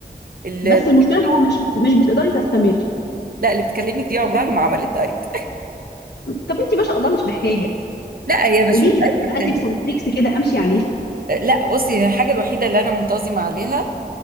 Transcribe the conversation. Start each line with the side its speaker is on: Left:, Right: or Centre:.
Right: اللي
Left: بس
Right: بتكلمك
Left: المشكله ان هو مش مش بتقدري تستمري
Right: لا اللي بتكلمك دي عمرها ما عملت دايت
Left: طب انت ما شاء الله مش محتاجه
Right: <laughs> لا هي مش
Left: قولي
Right: مش دايت
Left: لي
Right: محتاجه
Left: بقى تيبس اند تريكس كده امشي عليها
Right: لا بصي هي الحاجه الوحيده اللي انا منتظمه عليها